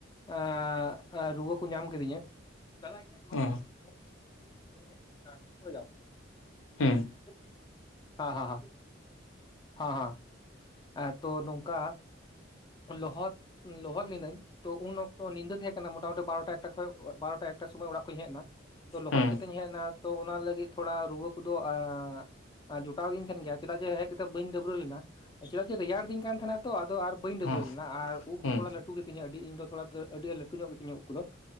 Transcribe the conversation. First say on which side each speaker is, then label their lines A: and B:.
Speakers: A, on the left; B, on the left.
A: ᱟᱸᱻ ᱟᱸ ᱨᱩᱣᱟᱹ ᱠᱩ ᱧᱟᱢ ᱠᱤᱫᱤᱧᱟ ᱾ <unintelligible>
B: ᱦᱩᱸ ᱦᱩᱸ
A: <inaudible> ᱦᱟᱸ ᱦᱟᱸᱦᱟᱸ ᱾ ᱦᱚᱸ ᱦᱚᱸ ᱮ ᱛᱚ ᱱᱚᱝᱠᱟ ᱞᱚᱦᱚᱫ ᱞᱚᱦᱚᱫ ᱞᱤᱫᱟᱹᱧ ᱾ ᱛᱚ ᱩᱱ ᱚᱠᱛᱚ ᱱᱤᱫᱟᱹ ᱛᱮᱦᱮᱸ ᱠᱟᱱᱟ ᱢᱚᱴᱟᱢᱩᱴᱤ ᱵᱟᱨᱚᱴᱟ ᱮᱠᱴᱟ ᱠᱷᱚᱡ ᱚ ᱵᱟᱨᱚᱴᱟ ᱮᱠᱴᱟ ᱥᱚᱢᱚᱭ ᱚᱲᱟᱜ ᱠᱷᱚᱡ ᱤᱧ ᱦᱮᱡ ᱱᱟ ᱾ ᱛᱚ ᱞᱚᱦᱚᱫ
B: ᱦᱩᱸ
A: ᱠᱟᱛᱮᱧ ᱦᱮᱡ ᱮᱱᱟ ᱛᱚ ᱚᱱᱟ ᱞᱟᱹᱜᱤᱫ ᱛᱷᱚᱲᱟ ᱨᱩᱣᱟᱹ ᱠᱚᱫᱚ ᱮᱸᱜ ᱡᱚᱴᱟᱣ ᱟᱹᱫᱤᱧ ᱛᱮᱦᱮᱱ ᱜᱮᱭᱟ ᱪᱮᱫᱟᱜ ᱡᱮ ᱦᱮᱡ ᱠᱟᱛᱮᱫ ᱵᱟᱹᱧ ᱰᱟᱹᱵᱨᱟᱹ ᱞᱮᱱᱟ, ᱪᱮᱫᱟᱜ ᱡᱮ ᱨᱮᱭᱟᱲ ᱤᱫᱤᱧ ᱠᱟᱱ ᱛᱮᱦᱮᱸᱱᱟ ᱛᱚ ᱟᱫᱚ ᱟᱨ ᱵᱟᱹᱧ ᱰᱟᱹᱵᱽᱨᱟᱹ
B: ᱦᱩᱸ
A: ᱞᱮᱱᱟ ᱟᱨ ᱩᱵ
B: ᱦᱩᱸ
A: ᱦᱚ ᱛᱷᱚᱲᱟ ᱞᱟᱹᱴᱩ ᱜᱮᱛᱤᱧᱟ ᱟᱹᱰᱤ ᱤᱧ ᱫᱚ ᱛᱷᱚᱲᱟ ᱫᱚ ᱟᱹᱰᱤ ᱞᱟᱹᱴᱩ ᱧᱚᱜ ᱜᱮᱛᱤᱧᱟ ᱩᱵ ᱠᱚᱫᱚ ᱾